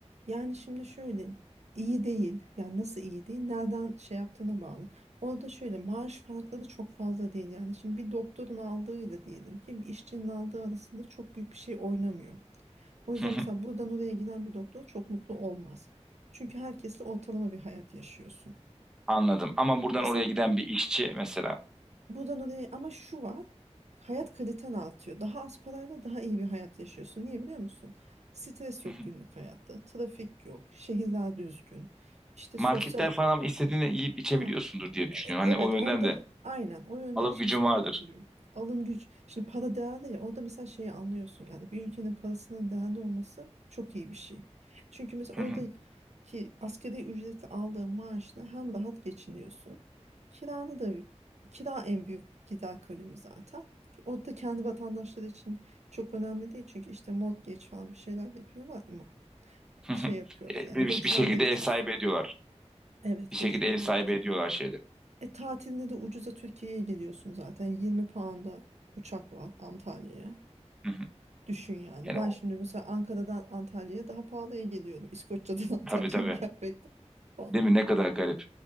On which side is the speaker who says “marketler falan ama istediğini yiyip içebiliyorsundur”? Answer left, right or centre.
Centre